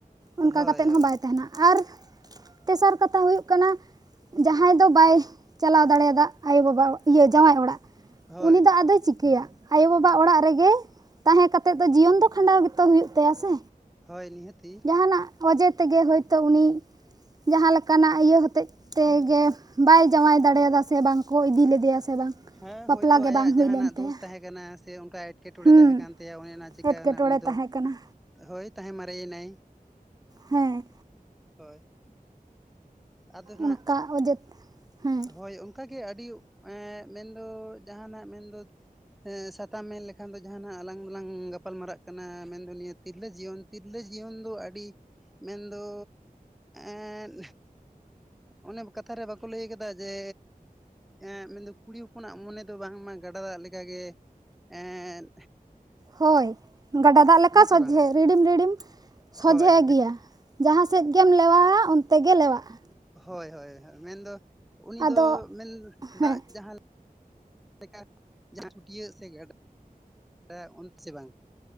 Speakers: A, on the right; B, in the centre.
A: ᱚᱱᱠᱟ
B: ᱦᱳᱭ
A: ᱠᱟᱛᱮᱫ
B: ᱦᱳᱭ
A: ᱦᱚᱸ ᱵᱟᱭ ᱛᱟᱦᱮᱱᱟ ᱟᱨ ᱛᱮᱥᱟᱨ ᱠᱟᱛᱷᱟ ᱦᱩᱭᱩᱜ ᱠᱟᱱᱟ ᱡᱟᱦᱟᱸᱭ ᱫᱚ ᱵᱟᱭ ᱪᱟᱞᱟᱣ ᱫᱟᱲᱮᱭᱟᱫᱟᱜ ᱟᱭᱳᱼᱵᱟᱵᱟ ᱤᱭᱟᱹ ᱡᱟᱶᱟᱭ ᱚᱲᱟᱜ
B: ᱦᱳᱭ
A: ᱩᱱᱤ ᱫᱚ ᱟᱫᱚᱭ ᱪᱤᱠᱟᱹᱭᱟ ᱟᱭᱳᱼᱵᱟᱵᱟ ᱚᱲᱟᱜ ᱨᱮᱜᱮ ᱛᱟᱦᱮᱸ ᱠᱟᱛᱮᱫ ᱫᱚ ᱡᱤᱭᱚᱱ ᱫᱚ ᱠᱷᱟᱸᱰᱟᱣ ᱜᱮᱛᱚ ᱦᱩᱭᱩᱜ ᱛᱟᱭᱟ ᱥᱮ
B: ᱦᱳᱭ ᱱᱤᱦᱟᱹᱛᱤ
A: ᱡᱟᱦᱟᱱᱟᱜ ᱚᱡᱮ ᱛᱮᱜᱮ ᱦᱳᱭᱛᱳ ᱩᱱᱤ ᱡᱟᱦᱟᱸ ᱞᱮᱠᱟᱱᱟᱜ ᱤᱭᱟᱹ ᱦᱚᱛᱮᱫ ᱛᱮᱜᱮ ᱵᱟᱭ ᱡᱟᱶᱟᱭ ᱫᱟᱲᱮᱭᱟᱫᱟ ᱥᱮ ᱵᱟᱝ ᱠᱚ ᱤᱫᱤ ᱞᱮᱫᱮᱭᱟ ᱥᱮ ᱵᱟᱝ
B: ᱦᱮᱸ
A: ᱵᱟᱯᱞᱟ
B: ᱦᱳᱭᱛᱳ
A: ᱜᱮ
B: ᱟᱭᱟᱜ
A: ᱵᱟᱝ ᱦᱩᱭ
B: ᱡᱟᱦᱱᱟᱜ
A: ᱞᱮᱱ ᱛᱟᱭᱟ
B: ᱫᱳᱥ ᱛᱟᱦᱮᱸ ᱠᱟᱱᱟ ᱥᱮ ᱚᱱᱠᱟ ᱮᱴᱠᱮᱴᱚᱬᱮ
A: ᱦᱩᱸ
B: ᱛᱟᱦᱮᱸ ᱠᱟᱱ ᱛᱟᱭᱟ ᱚᱱᱮ ᱚᱱᱟ ᱪᱤᱠᱟᱱᱟ
A: ᱮᱴᱠᱮᱴᱚᱬᱮ
B: ᱩᱱᱤ ᱫᱚ
A: ᱛᱟᱦᱮᱸ ᱠᱟᱱᱟ
B: ᱦᱳᱭ ᱛᱟᱦᱮᱸ ᱢᱟᱨᱮ ᱮᱱᱟᱭ
A: ᱦᱮᱸ
B: ᱦᱳᱭ ᱟᱫᱚ ᱱᱷᱟᱜ
A: ᱚᱱᱠᱟ ᱚᱡᱮ ᱦᱮᱸ
B: ᱦᱳᱭ ᱚᱱᱠᱟᱜᱮ ᱟᱹᱰᱤ ᱢᱮᱱᱫᱚ ᱡᱟᱦᱟᱱᱟᱜ ᱢᱮᱱᱫᱚ ᱦᱮᱸ ᱥᱟᱛᱟᱢ ᱢᱮᱱ ᱞᱮᱠᱷᱟᱱ ᱫᱚ ᱡᱟᱦᱟᱱᱟᱜ ᱟᱞᱟᱝ ᱫᱚᱞᱟᱝ ᱜᱟᱯᱟᱞ ᱢᱟᱨᱟᱜ ᱠᱟᱱᱟ ᱢᱮᱱᱫᱚ ᱱᱤᱭᱟᱹ ᱛᱤᱨᱞᱟᱹ ᱡᱤᱭᱚᱱ ᱛᱤᱨᱞᱟᱹ ᱡᱤᱭᱚᱱ ᱫᱚ ᱟᱹᱰᱤ ᱢᱮᱱᱫᱚ ᱮᱱᱻ ᱚᱱᱮ ᱠᱟᱛᱷᱟ ᱨᱮ ᱵᱟᱠᱚ ᱞᱟᱹᱭ ᱟᱠᱟᱫᱟ ᱡᱮ ᱮᱸᱻ ᱢᱮᱱᱫᱚ ᱠᱩᱲᱤ ᱦᱚᱯᱚᱱᱟᱜ ᱢᱚᱱᱮ ᱫᱚ ᱵᱟᱝᱢᱟ ᱜᱟᱰᱟ ᱫᱟᱜ ᱞᱮᱠᱟᱜᱮ ᱮᱱᱻ
A: ᱦᱳᱭ ᱜᱟᱰᱟ ᱫᱟᱜ ᱞᱮᱠᱟ
B: ᱥᱮ
A: ᱥᱚᱡᱷᱮ
B: ᱵᱟᱝ
A: ᱨᱤᱲᱤᱢ ᱨᱤᱲᱤᱢ ᱥᱚᱡᱷᱮ
B: ᱦᱳᱭ
A: ᱜᱮᱭᱟ ᱡᱟᱦᱟᱸ ᱥᱮᱫ ᱜᱮᱢ ᱞᱮᱣᱟᱣᱟ ᱚᱱᱛᱮ ᱜᱮ ᱞᱮᱣᱟᱜᱼᱟ
B: ᱦᱳᱭ ᱦᱳᱭ, ᱢᱮᱱ ᱫᱚ ᱩᱱᱤ
A: ᱟᱫᱚ
B: ᱫᱚ ᱢᱮᱱ
A: ᱦᱮᱸ
B: ᱫᱟᱜ ᱡᱟᱦᱟᱸ ᱞᱮᱼᱼ ᱞᱮᱠᱟ ᱡᱟᱦᱟᱸ ᱥᱮ <unintelligible> ᱜᱟᱰᱟ ᱚᱱᱛᱮ ᱥᱮ ᱵᱟᱝ